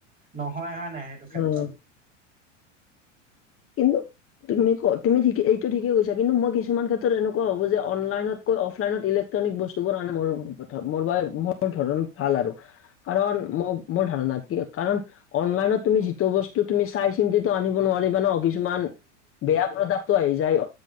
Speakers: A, on the right; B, on the left.
A: নহয় হয় নাই সেইটো ক্ষেত্ৰত?
B: উম, কিন্তু তুমি ক তুমি ঠিক এইটো ঠিকেই কৈছা কিন্তু মই কিছুমান ক্ষেত্ৰত এনেকুৱা হ'ব যে অনলাইনত অফলাইনত ইলেক্ট্ৰনিক বস্তুবোৰ মোৰ বাবে মোৰ ধৰণ ভাল আৰু। কাৰণ মোৰ মোৰ ধাৰণাত কি কাৰণ অনলাইনত তুমি যিটো বস্তু তুমি চাই চিন্তিটো আনিব নোৱাৰিবা ন, ‌ কিছুমান বেয়া প্ৰডাক্ ক্ট আহি যায়